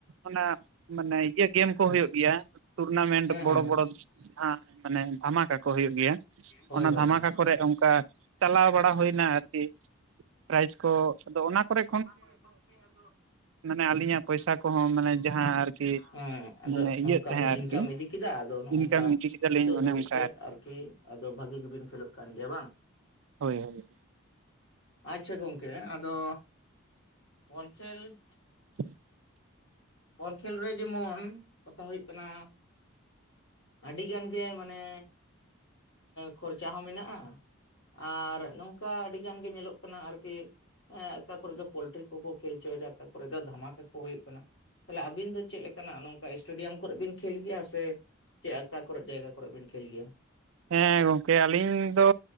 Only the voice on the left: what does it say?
ᱦᱮᱸ
ᱦᱮᱸ
ᱦᱳᱭ
ᱦᱳᱭ
ᱦᱮᱸ
ᱚᱱᱟ ᱠᱚᱨᱮ ᱠᱷᱚᱱ ᱜᱮ ᱟᱫᱚ
ᱟᱹᱞᱤᱧᱟᱜ
ᱯᱚᱭᱥᱟ ᱠᱚ
ᱦᱚᱸ ᱢᱟᱱᱮ
ᱡᱟᱦᱟᱸ, ᱟᱫᱚ
ᱚᱝᱠᱟ
ᱵᱤᱱ
ᱤᱱᱠᱟᱢ ᱤᱫᱤ ᱠᱮᱫᱟ ᱟᱫᱚ ᱱᱚᱜ-ᱚ
ᱱᱚᱝᱠᱟ
ᱱᱤᱛᱚᱜ
ᱫᱷᱟᱹᱵᱤᱡ,
ᱪᱮᱫ ᱟᱨᱠᱤ ᱟᱫᱚ ᱵᱷᱟᱹᱜᱤ ᱜᱤᱵᱤᱱ ᱠᱷᱞᱳᱜ ᱠᱟᱱ ᱜᱮᱭᱟ ᱵᱟᱝ?
ᱟᱪᱪᱷᱟ, ᱜᱚᱢᱠᱮ ᱟᱫᱚ ᱵᱚᱞ ᱠᱷᱮᱞ,
ᱵᱚᱞ ᱠᱷᱮᱞ ᱨᱮ ᱡᱮᱢᱳᱱ ᱠᱟᱛᱷᱟ ᱦᱩᱭᱩᱜ ᱠᱟᱱᱟ, ᱟᱹᱰᱤ ᱜᱮ ᱢᱟᱱᱮ ᱠᱷᱚᱨᱪᱟ ᱦᱚᱸ ᱢᱮᱱᱟᱜᱼᱟ ᱾ ᱟᱨ ᱱᱚᱝᱠᱟ ᱟᱹᱰᱤ ᱜᱟᱱ ᱜᱮ ᱧᱮᱞᱚᱜ ᱠᱟᱱᱟ ᱟᱨᱠᱤ, ᱦᱮᱸ ᱚᱠᱟ ᱠᱚᱨᱮ ᱪᱚ ᱯᱚᱞᱴᱨᱤ ᱠᱚ ᱠᱚ ᱠᱷᱮᱞ ᱦᱚᱪᱚᱭᱮᱫᱟ ᱚᱠᱟ ᱠᱚᱨᱮ ᱫᱚ ᱫᱷᱟᱢᱟᱠᱟ ᱠᱚ ᱦᱳᱭᱳᱜ ᱠᱟᱱᱟ ᱾ ᱛᱟᱦᱞᱮ ᱟᱹᱵᱤᱱ ᱫᱚ ᱪᱮᱫ ᱞᱮᱠᱟᱱᱟᱜ ᱱᱚᱝᱠᱟ ᱮᱥᱴᱮᱰᱤᱭᱟᱢ ᱠᱚᱨᱮ ᱵᱤᱱ ᱠᱷᱮᱞ ᱜᱮᱭᱟ ᱥᱮ? ᱪᱮᱫ ᱚᱠᱟ ᱠᱚᱨᱮᱫ ᱡᱟᱭᱜᱟ ᱠᱚᱨᱮ ᱵᱤᱱ ᱠᱷᱮᱞ ᱜᱮᱭᱟ?